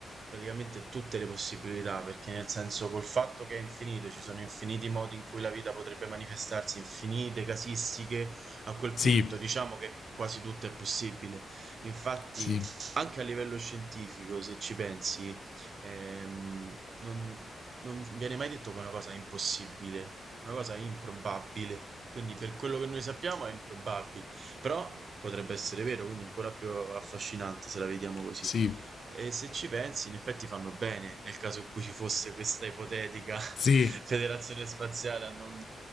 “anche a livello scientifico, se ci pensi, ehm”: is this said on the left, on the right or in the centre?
Right